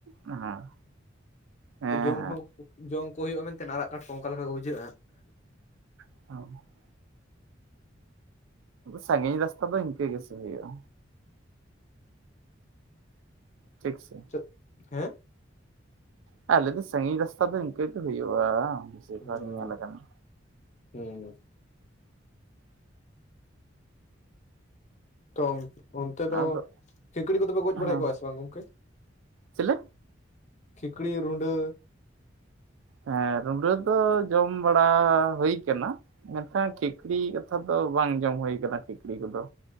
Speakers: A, on the right; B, on the left.
A: ᱦᱮᱸ ᱦᱮᱸ
B: ᱡᱚᱢ ᱦᱚᱸ ᱡᱚᱢ ᱠᱚ ᱦᱩᱭᱩᱜᱼᱟ ᱢᱮᱱᱛᱮ ᱟᱨᱟᱜ ᱠᱟᱴᱠᱚᱢ ᱚᱠᱟ ᱞᱮᱠᱟ ᱠᱚ ᱵᱩᱡᱷᱟᱹᱜᱼᱟ?
A: <inaudible> ᱥᱟᱺᱜᱤᱧ ᱨᱟᱥᱛᱟ ᱫᱚ ᱤᱱᱠᱟᱹ ᱜᱮ ᱥᱮ ᱦᱩᱭᱩᱜᱼᱟ᱾ ᱴᱷᱤᱠ ᱥᱮ
B: ᱪᱮᱫ ᱦᱮᱸ
A: ᱟᱞᱮ ᱫᱚ ᱥᱟᱺᱜᱤᱧ ᱨᱟᱥᱛᱟ ᱫᱚ ᱤᱱᱠᱟᱹ ᱜᱮ ᱦᱩᱭᱩᱜᱼᱟ᱾
B: ᱚ
A: ᱵᱷᱟᱜᱽ ᱧᱮᱞ ᱟᱠᱟᱱᱟ
B: ᱦᱩᱸ ᱛᱚ ᱚᱱᱛᱮ ᱫᱚ
A: ᱟᱫᱚ
B: ᱠᱷᱤᱠᱲᱤ ᱠᱚᱫᱚ ᱯᱮ ᱜᱚᱡ
A: ᱦᱮᱸ
B: ᱵᱟᱲᱟᱭᱮᱫ ᱠᱚᱣᱟ ᱥᱮ ᱵᱟᱝ ᱜᱚᱝᱠᱮ?
A: ᱪᱮᱞᱮ
B: ᱠᱷᱤᱠᱲᱤ ᱨᱩᱸᱰᱟᱹ᱾
A: ᱦᱮᱸ ᱨᱩᱸᱰᱟᱹ ᱫᱚ ᱡᱚᱢ ᱵᱟᱲᱟ ᱦᱩᱭ ᱠᱟᱱᱟ ᱢᱮᱱᱠᱷᱟᱱ ᱠᱷᱤᱠᱲᱤ <inaudible> ᱫᱚ ᱵᱟᱝ ᱡᱚᱢ ᱦᱩᱭ ᱠᱟᱱᱟ ᱠᱷᱤᱠᱲᱤ ᱠᱚᱫᱚ